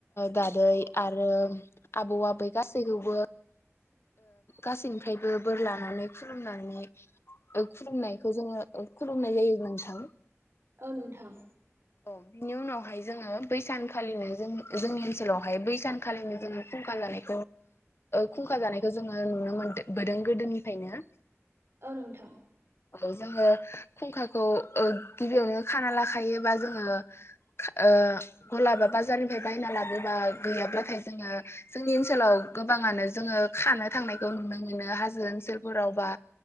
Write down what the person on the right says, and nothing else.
औ नोंथां
औ नोंथां